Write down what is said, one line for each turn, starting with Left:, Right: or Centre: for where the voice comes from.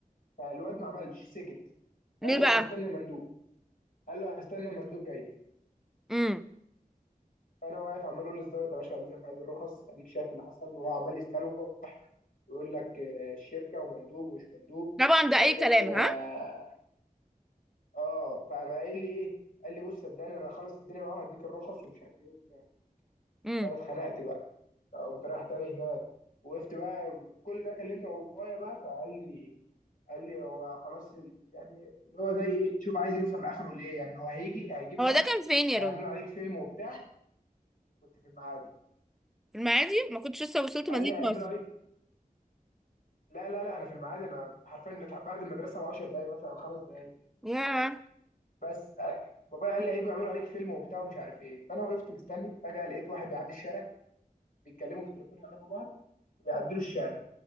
Left: فالواد ما عملش سكت
Centre: ليه
Left: قال له
Centre: بقى
Left: انا هستنى مندوب قال له هستنى مندوب جاي
Centre: امم
Left: فانا واقف عمال اقول للظابط يا باشا بعد اذنك عايز الرخص اديك شايف اللي حصل وهو عمال يستلوح ويقول لك آه، الشركه ومندوب ومش مندوب
Centre: طبعا ده
Left: عشان
Centre: اي كلام
Left: بس اه
Centre: ها
Left: آه. فقام قايل لي ايه قال لي بص صدقني انا هخلص الدنيا معاه وهديك الرخص ومش عارف ايه وبتاع
Centre: امم
Left: فانا اتخنقت بقى فقمت رايح تاني هناك وقفت بقى كل ده كلمت بابايا بقى فقال لي قال لي هو خلاص يعني اللي هو ده ايه شوف عايز يوصل لاخره ليه يعني هو هيجي هيجيب
Centre: هو
Left: ناس
Centre: ده كان فين
Left: وهيعملوا
Centre: يا روني
Left: عليك فيلم وبتاع كنت في المعادي
Centre: في المعادي ما كنتش لسه وصلت
Left: قال
Centre: مدينة
Left: لي هيعملوا
Centre: نصر
Left: عليك لا لا لا انا في المعادي انا حرفيا اتح- بعد المدرسه ب 10 دقايق مثلا او خمس دقايق
Centre: ياه
Left: بس آه، بابايا قال لي هيجوا يعملوا عليك فيلم وبتاع ومش عارف ايه فانا وقفت مستني فجاه لقيت واحد بيعدي الشارع بيتكلموا في التليفون يعرفوا بعض وبيعدلوا الشارع